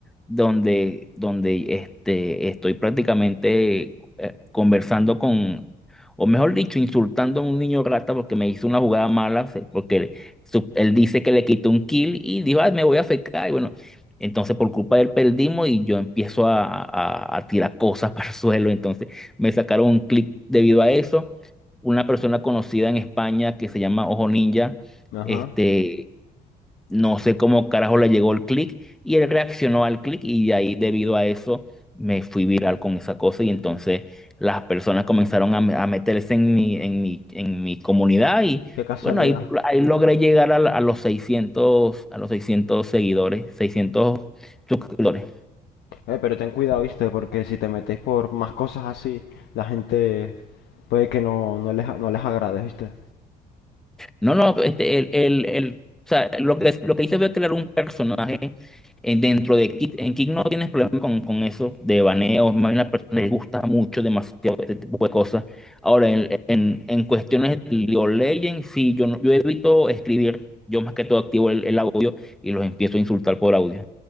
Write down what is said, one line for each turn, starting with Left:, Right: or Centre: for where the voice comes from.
Centre: donde, donde este, estoy prácticamente eh, conversando con, o mejor dicho, insultando a un niño rata porque me hizo una jugada mala, se- porque él, su- él dice que le quitó un kill y dijo, "Ay, me voy a fecar. Y bueno, entonces por culpa de él perdimos y yo empiezo a, a- a tirar cosas <laughs> para el suelo. Entonces me sacaron un clic debido a eso. Una persona conocida en España que se llama Ojo Ninja.
Left: ajá.
Centre: Este, no sé cómo carajo le llegó el clic y él reaccionó al clic y de ahí debido a eso me fui viral con esa cosa y entonces las personas comenzaron a, me- a meterse en mi, en mi, en mi comunidad y
Left: Qué casualidad.
Centre: bueno, ahí, ahí logré llegar a, la- a los 600 a los seiscientos seguidores, 600 suscriptores.
Left: Eh, pero ten cuidado, ¿viste? Porque si te metéis por más cosas así, la gente puede que no, no les, no les agrade, ¿viste?
Centre: No, no, este, el, el, el- o sea, lo que, lo que hice fue crear un personaje en- dentro de Kick, en Kick no tienes problema con, con eso de baneo, más bien a la persona le gusta mucho demasiado este tipo de cosas. Ahora, en, en, en cuestiones de League of Legends, sí, yo, no- yo evito escribir, yo más que todo activo el, el audio y los empiezo a insultar por audio.